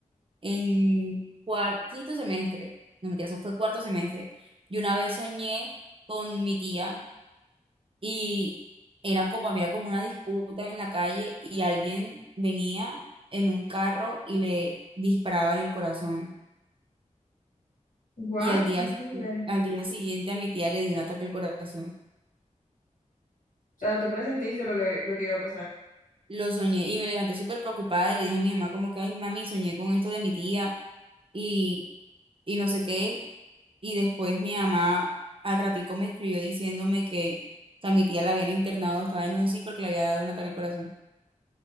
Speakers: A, on the right; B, on the left.
A: en cuar- quinto semestre, no mentira, eso fue cuarto semestre, yo una vez soñé con mi tía. y era como, había como una disputa en la calle y alguien venía en un carro y le disparaba en el corazón.
B: What?
A: Y al día,
B: Horrible.
A: al día siguiente a mi tía le dio un ataque al corazón.
B: O sea, tú presentiste lo que, lo que iba a pasar.
A: Lo soñé y me levanté súper preocupada y le dije a mi mamá como que, ay, mami, soñé con esto de mi tía y, y no sé qué. Y después mi mamá al ratico me escribió diciéndome que, que a mi tía la habían internado, estaba en U UCI porque le había dado un ataque al corazón.